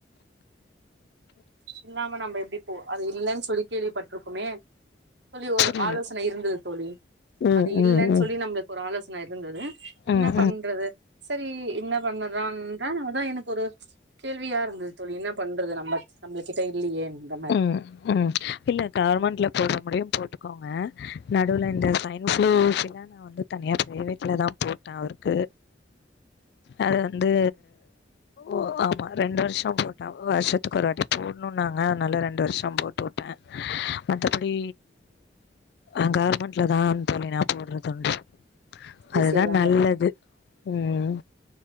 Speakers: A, on the right (about 75°); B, on the left (about 60°).
A: இல்லாம நம்ப எப்டி போ அது இல்லன்னு சொல்லி கேள்விப்பட்ருக்கொமே <unintelligible> ஒரு
B: புரியல
A: ஆலோசனை இருந்துது தோழி
B: ம்
A: அது இல்லன்னு
B: ம் ம்
A: சொல்லி நம்மளுக்கு ஒரு ஆலோசன இருந்துது என்னா
B: ம்
A: பண்றது சேரி இன்னா பண்ணறான்றா அதா எனக்கு ஒரு கேள்வியா இருந்துது தோழி என்ன பண்றது நம்ம நம்ளுகிட்ட இல்லியேன்ற
B: ம் ம் ம் இல்ல கவர்மெண்ட்ல போட்றபடியே போட்டுக்கோங்க நடுவுல இந்த ஸ்வைன் <inaudible> நா வந்து தனியா பிரைவேட்ல தா போட்ட அவருக்கு அது வந்து ஓ ஆமா ரெண்டு வருஷோ போட்ட வருஷத்துக்கு ஒரு வாட்டி போடுணுனாங்க அனால ரெண்டு வருஷோ போட்டு வுட்ட மத்தபடி ஆ கவர்மெண்ட்லதா தோழி நா போட்றதுன்டு
A: ஊசி
B: அதுதா
A: எல்லாமே
B: நல்லது ம்